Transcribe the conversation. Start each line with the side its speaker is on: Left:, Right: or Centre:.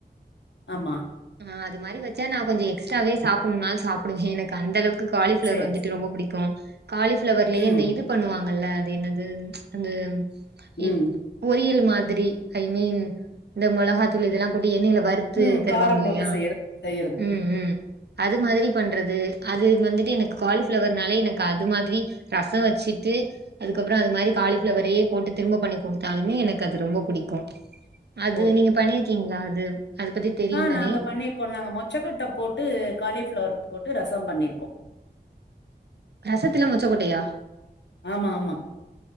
Left: ஆமா
Right: ஆ அதுமாரி வச்சா நா கொஞ்சோ எக்ஸ்ட்ராவே சாப்பிடணுனாலு சாப்பிடுவே எனக்கு அந்த அளவுக்கு காலிஃபிளவர்
Left: சரி
Right: வந்துட்டு
Left: சரி
Right: ரொம்ப புடிக்கும் காலிஃபிளவர்லயே
Left: ம்,
Right: அந்த இது பண்ணுவாங்கல்ல அது என்னது அந்த
Left: ம்,
Right: இ பொரியல் மாதிரி ஐ மீன் இந்த மொளகாய்த்தூள் இதெல்லா போட்டு எண்ணெயில வருத் து
Left: ம்.
Right: தருவாங்க
Left: காரம்
Right: இல்லையா
Left: போட்டு செய்ய செய்யறது.
Right: ம் ம் அது மாதிரி பண்றது அது வந்துட்டு எனக்கு காலிஃப்ளவர்னாலே எனக்கு அது மாதிரி ரச வச்சுட்டு அதுக்கப்புற அது மாதிரி காலிப்ளவரே போட்டு திரும்ப பண்ணி குடுத்தாலுமே எனக்கு அது ரொம்ப புடிக்கு அது
Left: ஓகே,
Right: நீங்க பண்ணிருக்கீங்களா
Left: ஓகே.
Right: அது அது பத்தி தெரியும்
Left: ஆ நாங்க
Right: தானே
Left: பண்ணிருக்கோ நாங்க மொச்சகொட்டை போட்டு காலிஃபிளவர் போட்டு ரசம் பண்ணிருக்கோ
Right: ரசத்தல மொச்சகொட்டையா
Left: ஆமா ஆமா